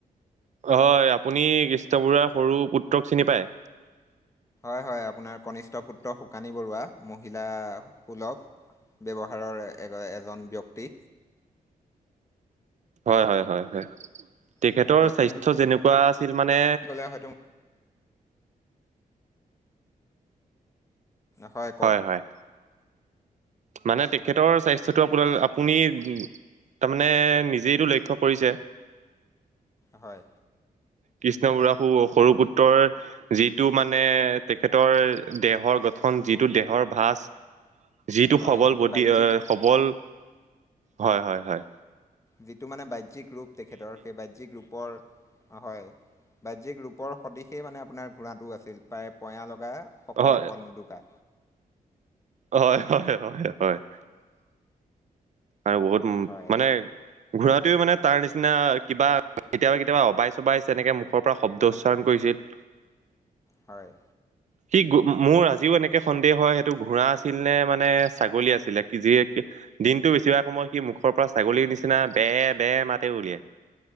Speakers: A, on the right; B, on the left.
A: হয় আপুনি কৃষ্ণ বৰুৱাৰ সৰু পুত্ৰক চিনি পায়?
B: হয় হয় আপোনাৰ কনিষ্ঠ পুত্ৰ শুকানী বৰুৱা মহিলা সুলভ ব্যৱহাৰৰ এ এজন ব্যক্তি
A: হয় হয় হয় হয় তেখেতৰ
B: হয় ব্যক্তি
A: স্বাস্থ্য
B: বুলি
A: যেনেকুৱা ছিল মানে
B: ক'লে হয়তো হই কওক
A: হয় হয় মানে তেখেতৰ
B: হয়
A: স্বাস্থ্যটো আপুনি তাৰমানে নিজেইটো লক্ষ্য কৰিছে
B: হয়
A: কৃষ্ণ বুঢ় সু সৰু
B: হয়
A: পুত্ৰৰ যিটো মানে তেখেতৰ দেহৰ গঠন যিটো দেহৰ ভাঁজ যিটো
B: হয়
A: সবল
B: যিটো
A: বডি
B: বাহ্যিক
A: সবল হয় হয় হয়
B: যিটো মানে বাহ্যিক ৰূপ তেখেতৰ সেই বাহ্যিক ৰূপৰ হয় বাহ্যিক ৰূপৰ সদিশে মানে আপোনাৰ ঘোৰাটো আছিল প্ৰায় পয়া ল শকত
A: হয়
B: আপদ নুদুকা
A: হয় হয় হয় হয় আৰু বহুত উ
B: হয়
A: মানে ঘূৰাতোৱেও মানে তাৰ নিচিনা কিবা কেতিয়াবা কেতিয়াবা অবাইচ অবাইচ যেনেকে মুখৰ পৰা শব্দ উচ্চাৰণ কৰিছিল
B: হয়
A: সি মোৰ আজিও এনেকে সন্দেহ হয় সেইটো ঘোঁৰা আছিল নে মানে ছাগলী আছিলে কি যি দিনটো বেছিভাগ সময় কি মুখৰ পৰা ছাগলীৰ নিচিনা বেৰ বেৰ মাতে উলিয়াই